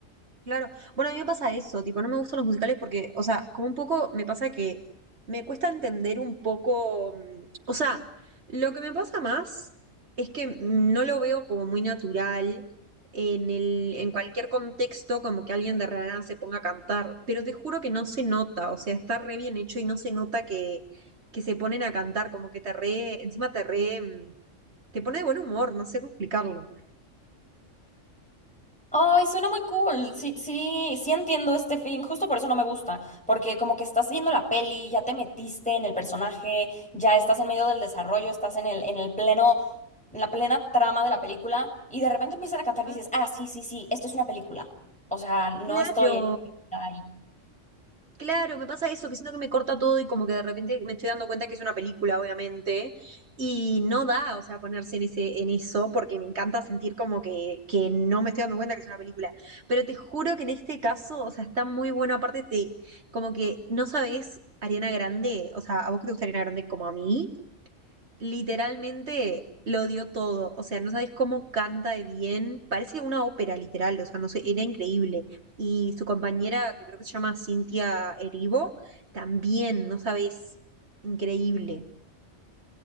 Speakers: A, on the right; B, in the centre.
A: Claro. Bueno, a mí me pasa eso, tipo, no me gustan los musicales porque, o sea, como un poco me pasa que me cuesta entender un poco, mm, o sea, lo que me pasa más es que no lo veo como muy natural en el, en cualquier contexto, como que alguien de la nada se ponga a cantar, pero te juro que no se nota, o sea, está re bien hecho y no se nota que, que se ponen a cantar, como que te re, encima te re, mm, te pone de buen humor, no sé cómo explicarlo.
B: Ay, suena muy cool. Sí, sí, sí entiendo este feeling. Justo por eso no me gusta, porque como que estás viendo la peli, ya te metiste en el personaje, ya estás en medio del desarrollo, estás en el, en el pleno en la plena trama de la película y de repente empiezan a cantar y
A: Mm,
B: dices, ah, sí, sí, sí, esto es una película. O sea, no
A: Claro,
B: estoy en- ahí.
A: Claro, me pasa eso, que siento que me corta todo y como que de repente me estoy dando cuenta que es una película, obviamente, y no da, o sea, ponerse en ese, en eso, porque me encanta sentir como que, que no me estoy dando cuenta que es una película. Pero te juro que en este caso, o sea, está muy bueno, aparte te, como que no sabes Ariana Grande, o sea, a vos que te gusta Ariana Grande como a mí, literalmente lo dio todo. O sea, no sabes cómo canta de bien. Parece una ópera, literal. O sea, no sé, era increíble. Y su compañera, que creo que se llama Cintia Erivo, también, no sabes, increíble.